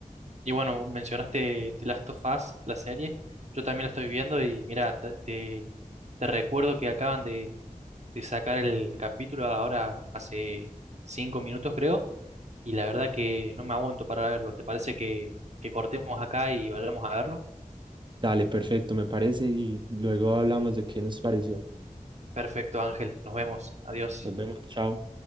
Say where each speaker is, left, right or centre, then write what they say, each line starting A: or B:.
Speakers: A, on the right; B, on the right.
A: y bueno, mencionaste The Last of Us, la serie. Yo también la estoy viendo y mira, te, te- te recuerdo que acaban de, de sacar el capítulo ahora hace cinco minutos, creo. Y la verdad que no me aguanto para verlo. ¿Te parece que, que cortemos acá y vayamos a verlo?
B: Dale, perfecto, me parece, y luego hablamos de qué nos pareció.
A: Perfecto, Ángel. Nos vemos. Adiós.
B: Nos vemos, chao.